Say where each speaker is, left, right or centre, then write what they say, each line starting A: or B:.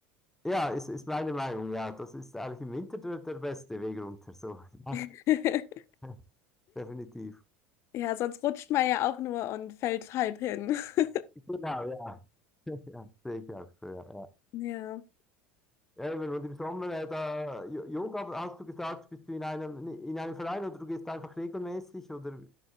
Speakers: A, in the centre; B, on the left.
A: Ja, ist, ist meine Meinung, ja, das ist eigentlich im Winter der, der beste Weg runter, so, ja,
B: <laughs>
A: <laughs> definitiv.
B: Ja, sonst rutscht man ja auch nur und fällt halb hin. <laughs>
A: Genau, ja, ja, sehe ich auch so, ja, ja.
B: Ja.
A: Ja, eben, Und im Sommer, äh, da, Jo- Yoga, hast du gesagt, bist du in einem, in einem Verein oder du gehst einfach regelmäßig oder,